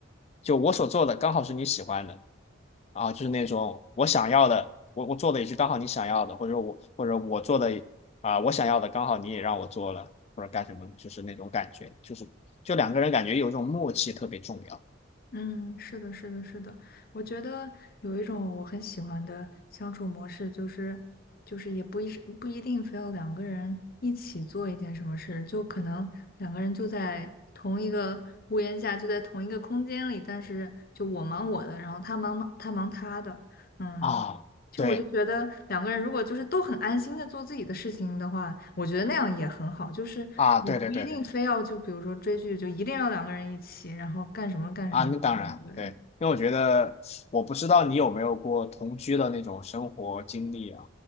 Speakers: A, on the left; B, on the left.
A: 就我所做的刚好是你喜欢的，啊，就是那种我想要的，我我做的也是刚好你想要的，或者我或者我做的啊、我想要的刚好你也让我做了，或者干什么，就是那种感觉，就是就两个人感觉有一种默契特别重要
B: 嗯，是的，是的，是的。我觉得有一种我很喜欢的相处模式，就是就是也不一是不一定非要两个人一起做一件什么事，就可能两个人就在同一个屋檐下，就在同一个空间里，但是就我忙我的，然后他忙他忙他的。嗯，
A: 啊，
B: 就我就觉得两个人如果就是都很安心的做自己的事情的话，
A: 对
B: 我觉得那样也很好。就是你不一定非要就比如说追剧，
A: 啊，对对对对对。
B: 就一定要两个人一起，然后干什么干什么都要两个人。
A: 啊，那当然，对，因为我觉得我不知道你有没有过同居的那种生活经历啊。